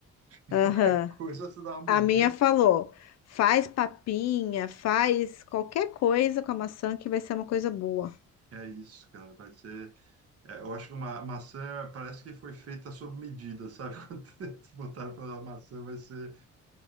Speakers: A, on the right (about 50°); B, on the left (about 60°).
A: <laughs>
B: Aham.
A: Qualquer coisa você dá uma mordida.
B: A minha falou: faz papinha, faz qualquer coisa com a maçã que vai ser uma coisa boa.
A: É isso, cara. Vai ser. é, eu acho que uma maçã parece que foi feita sob medida, sabe? <laughs> Quando eles botaram para a maçã, vai ser